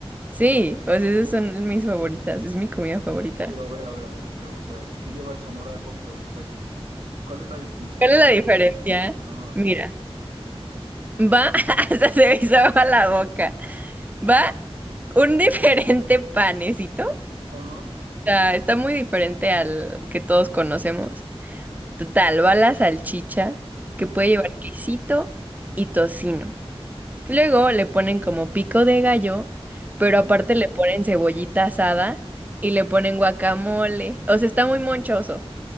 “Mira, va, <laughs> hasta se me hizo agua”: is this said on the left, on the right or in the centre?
Right